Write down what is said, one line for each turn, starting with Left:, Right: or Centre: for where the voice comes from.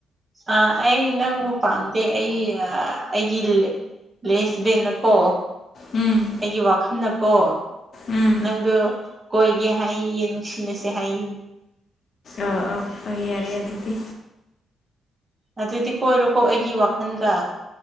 Right: ꯑꯥ ꯑꯩ ꯅꯪꯕꯨ ꯄꯥꯝꯗꯦ ꯑꯩ ꯑꯩꯒꯤ ꯂꯦꯁꯕꯦꯟꯅ ꯀꯣ꯫
Left: ꯎꯝ
Right: ꯑꯩꯒꯤ ꯋꯥꯈꯟꯅꯀꯣ
Left: ꯎꯝ
Right: ꯅꯪꯗꯨ ꯀꯣꯏꯒꯦ ꯍꯩꯌꯦ ꯅꯨꯡꯁꯤꯅꯁꯦ ꯍꯌꯦ꯫
Left: ꯑꯥ ꯑꯥ ꯌꯥꯔꯦ ꯑꯗꯨꯗꯤ꯫
Right: ꯑꯗꯨꯗꯤ ꯀꯣꯏꯔꯣꯀꯣ ꯑꯩꯒꯤ ꯋꯥꯈꯜꯒ꯫